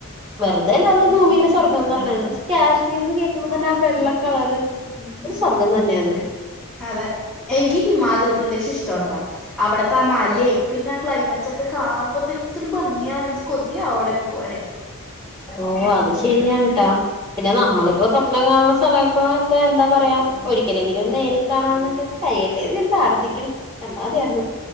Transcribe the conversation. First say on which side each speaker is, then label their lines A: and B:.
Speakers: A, on the right; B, in the centre.
A: വെറുതെല്ല അത് ഭൂമിയിലെ സ്വർഗംന്ന് പറഞ്ഞ കാശ്മീർന്ന് കേൾക്കുമ്പോ തന്നെ ആ വെള്ള കളറ് ഒരു സ്വർഗം തന്നെയ അത്
B: അതെ എനിക്ക് ഹിമാചൽ പ്രദേശ് ഇഷ്ട്ടാ ട്ടൊ അവിടത്തെ ആ മലയും പിന്നെ ആ ക്ലൈമറ്റ് ഒക്കെ കാണുമ്പോത്തനൊരു ഭംഗിയാണെങ്കിൽ കൊതി അവിടെയൊക്കെ പോവാനായിട്ട്
A: ഓ അത് ശരിയട്ടാ പിന്നെ നമ്മളിപ്പോ സ്വപ്നം കാണുന്ന സ്ഥലങ്ങളൾക്കെ എന്താ പറയാ ഒരിക്കലെങ്കിലും നേരിൽ കാണാ എന്ന്ണ്ട് കയ്യട്ടെ പ്രാർത്തിഥിക്കണ് കണ്ടാമതിയാര്ന്ന്